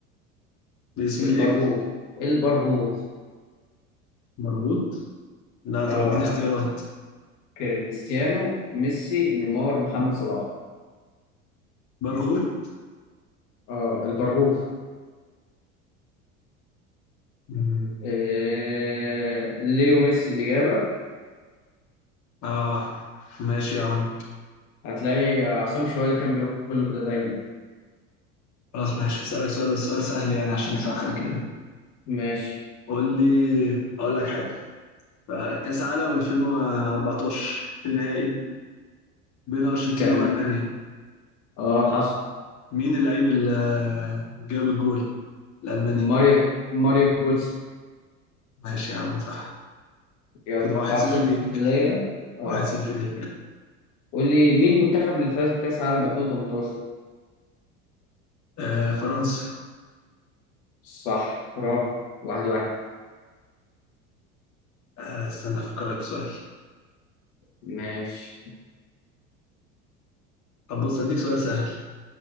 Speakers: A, on the left (about 40°); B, on the left (about 55°).
A: باسم
B: البرغوث
A: ليه
B: البرغوث
A: مربوط لا
B: اه
A: طب اديني اختيارات
B: كريستيانو ميسي نيمار محمد صلاح
A: برغوت
B: اه البرغوث
A: مم.
B: آه... ليو ميسي الاجابه
A: اه ماشي يا عم
B: هتلاقي عصام الشوالي كان بيقول له كده دايما
A: خلاص ماشي هسألك سؤال بس سؤال سهل يعني عشان نسخن كده
B: ماشي
A: قول لي اقول لك حاجة آه، كأس عالم 2014 النهائي بين أرجنتينا
B: كان
A: وألمانيا
B: اه حصل
A: مين اللعيب اللي جاب الجول لألمانيا
B: ماري ماري جوتس
A: ماشي يا عم صح
B: يلا
A: كده واحد
B: 1-0
A: صفر ليك
B: ليا اه
A: واحد صفر ليك
B: قول لي مين المنتخب اللي فاز بكأس العالم 2018
A: آه فرنسا
B: صح برافو واحد واحد
A: آه استنى افكر لك في سؤال
B: ماشي
A: طب بص اديك سؤال سهل